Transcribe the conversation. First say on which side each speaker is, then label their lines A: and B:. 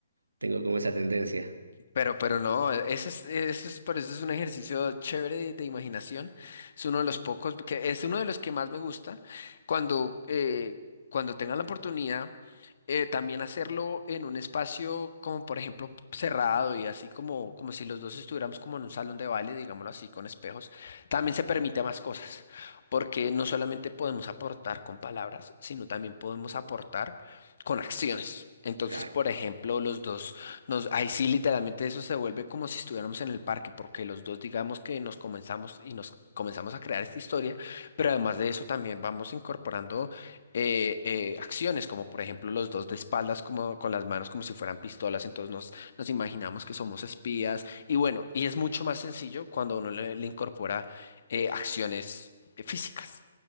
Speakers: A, on the right; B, on the left.
A: Tengo como esa tendencia.
B: Pero, pero no, ese es, eso es, por eso es un ejercicio chévere de, de imaginación. Es uno de los pocos, que es uno de los que más me gusta. Cuando, eh, cuando tenga la oportunidad, eh, también hacerlo en un espacio como, por ejemplo, cerrado y así como, como si los dos estuviéramos como en un salón de baile, digámoslo así, con espejos, también se permite más cosas. Porque no solamente podemos aportar con palabras, sino también podemos aportar con acciones. Entonces,
A: Claro,
B: por ejemplo, los dos. Nos, ahí sí, literalmente eso se vuelve como si estuviéramos en el parque, porque los dos digamos que nos comenzamos y nos comenzamos a crear esta historia, pero además de eso también vamos incorporando eh, eh, acciones, como por ejemplo los dos de espaldas, como con las manos como si fueran pistolas, entonces nos, nos imaginamos que somos espías, y bueno, y es mucho más sencillo cuando uno le, le incorpora eh, acciones eh, físicas.